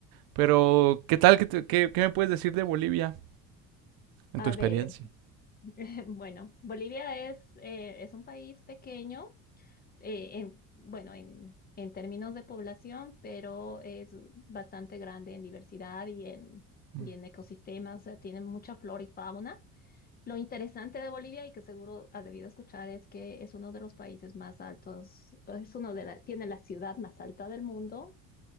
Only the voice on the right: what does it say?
Pero, ¿qué tal? ¿Qué, te- qué- qué me puedes decir de Bolivia en
tu experiencia?
Mm.